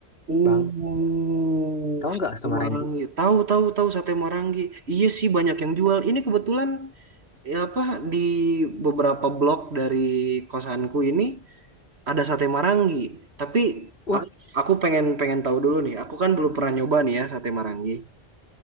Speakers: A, on the right; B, on the left.
A: Uh,
B: Bang. Tahu
A: sate
B: nggak Semaranggi?
A: Marangi. Tahu, tahu, tahu sate Marangi. Iya sih banyak yang jual. Ini kebetulan ya apa di beberapa blok dari kosanku ini ada sate Marangi. Tapi
B: Wah,
A: aku aku pengen pengen tahu dulu nih. Aku kan belum pernah nyoba nih ya sate Marangi.